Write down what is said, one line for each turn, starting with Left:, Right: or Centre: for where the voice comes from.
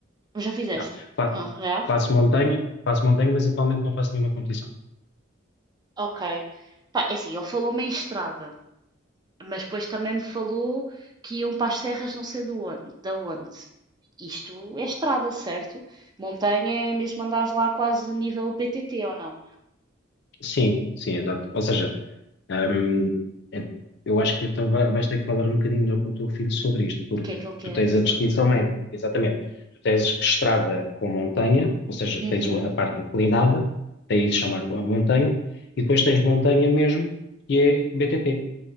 Right: Já fizeste?
Left: Não. Fa-
Right: Não, já?
Left: faço montanha, faço montanha, mas atualmente não faço nenhuma competição.
Right: Ok. Pá, é assim, ele falou-me em estrada, mas depois também me falou que iam para as serras não sei de onde, da onde. Isto é estrada, certo? Montanha é mesmo andares lá quase nível BTT ou não? O
Left: Sim, sim, exato. Ou seja, Ahm, é- eu acho que então vai- vais ter que falar um bocadinho melhor com o teu filho sobre isto, porque
Right: que é que ele
Left: tu
Right: quer,
Left: tens
Right: exato.
Left: a distinção entre, exatamente, tu tens estrada com montanha, ou seja,
Right: Uhum,
Left: tens o- a parte inclinada, daí se chamar a montanha, e depois tens montanha mesmo, que é BTT.